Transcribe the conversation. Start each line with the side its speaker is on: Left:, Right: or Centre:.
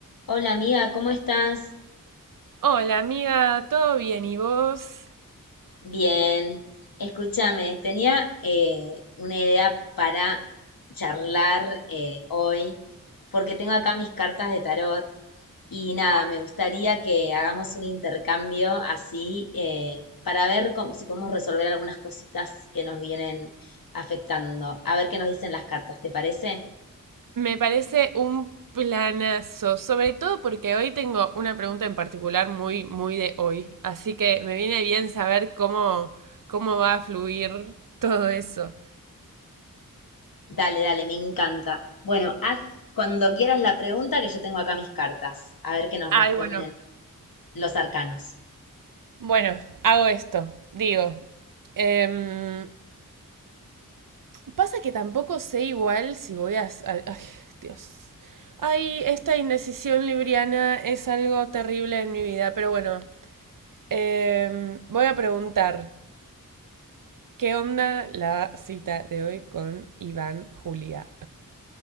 Left: Hola amiga, ¿cómo estás?
Right: Hola amiga, ¿todo bien? ¿Y vos?
Left: Bien. Escúchame, tenía eh, una idea para charlar eh, hoy, porque tengo acá mis cartas de tarot y nada,
Right: Ah,
Left: me gustaría que hagamos un intercambio así eh, para ver cómo- si podemos resolver algunas cositas que nos vienen afectando. A ver qué nos dicen las cartas, ¿te parece?
Right: Me parece un planazo, sobre todo porque hoy tengo una pregunta en particular muy, muy de hoy, así que me viene bien saber cómo, cómo va a fluir todo eso.
Left: Dale, dale, me encanta. Bueno, haz cuando quieras la pregunta que yo tengo acá mis cartas, a ver qué nos
Right: Ay,
Left: responden.
Right: bueno,
Left: los arcanos.
Right: bueno, hago esto, digo, em, pasa que tampoco sé igual si voy a... s- al- Ay, Dios. Ay, esta indecisión libriana es algo terrible en mi vida, pero bueno, Em, voy a preguntar, ¿qué onda la cita de hoy con Iván Julia?